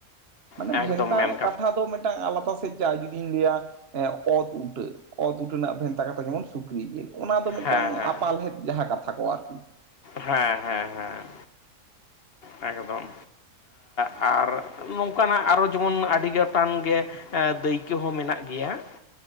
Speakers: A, on the right; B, on the left.
A: ᱢᱟᱱᱮ
B: ᱮᱠᱫᱚᱢ
A: ᱵᱷᱮᱱᱛᱟ
B: ᱢᱮᱱ
A: ᱠᱟᱛᱷᱟ ᱫᱚ ᱴᱟᱝ ᱟᱞᱟᱫᱟ ᱥᱮᱡ ᱡᱟ ᱡᱩᱫᱤᱧ ᱞᱟᱹᱭᱟ, ᱚᱛ ᱩᱴᱟᱹ ᱚᱛ ᱩᱴᱟᱹ ᱨᱮᱱᱟᱜ ᱵᱷᱮᱱᱛᱟ ᱠᱟᱛᱷᱟ ᱡᱮᱢᱚᱱ ᱥᱩᱠᱨᱤ ᱡᱮᱞ ᱚᱱᱟ ᱫᱚ ᱢᱤᱫᱴᱟᱝ
B: ᱦᱮᱸ ᱦᱮᱸ
A: ᱟᱯᱟᱞᱦᱮᱫ ᱡᱟᱦᱟᱸ ᱠᱟᱛᱷᱟ ᱠᱚ ᱟᱨᱠᱤ,
B: ᱦᱮᱸᱼᱦᱮᱸᱼᱦᱮᱸ ᱮᱠᱫᱚᱢ ᱟᱨ ᱱᱚᱝᱠᱟᱱᱟᱜ ᱟᱨᱚ ᱡᱮᱢᱚᱱ ᱟᱹᱰᱤ ᱜᱚᱴᱟᱝ ᱜᱮ, ᱫᱟᱹᱭᱠᱟᱹ ᱦᱚᱸ ᱢᱮᱱᱟᱜ ᱜᱮᱭᱟ᱾